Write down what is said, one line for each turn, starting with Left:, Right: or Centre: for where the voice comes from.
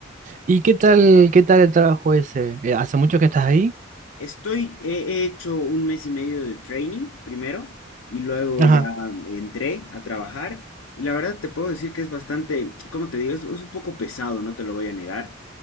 Right: ¿Y qué tal, qué tal el trabajo ese? Eh, ¿Hace mucho que estás ahí?
Left: Estoy, he he hecho un mes y medio de training primero y luego
Right: Ajá,
Left: ya entré a trabajar y la verdad te puedo decir que es bastante, ¿cómo te digo? Es, es un poco pesado, no te lo voy a negar,